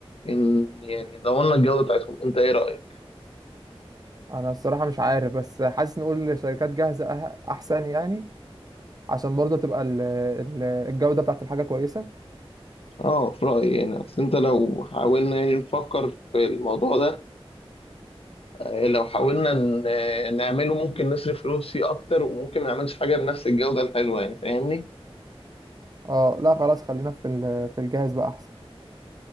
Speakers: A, on the left (about 70°); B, on the right (about 40°).
A: ان يعني ضمننا الجودة بتاعتهم انت ايه رأيك؟
B: انا الصراحة مش عارف بس حاسس نقول شركات جاهزة اه- احسن يعني عشان برضه تبقى ال- ال- الجودة بتاعت الحاجة كويسة
A: اه في رأيي يعني اصل انت لو حاولنا يعني نفكر في الموضوع ده آه، لو حاولنا ن- آه، نعمله ممكن نصرف فلوس فيه اكتر وممكن ما نعملش حاجة بنفس الجودة الحلوة يعني فاهمني؟
B: اه لا خلاص خلينا في ال- في الجاهز بقى احسن